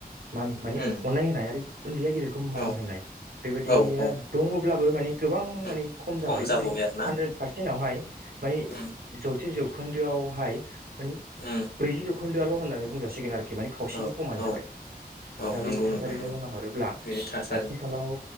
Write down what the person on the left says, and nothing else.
उम
औ
औ औ
उम
जाबोबाय
आरो ना
उम
उम
औ
औ
औ
नंगौ
नोंथां नंगौ
बेनि थासारि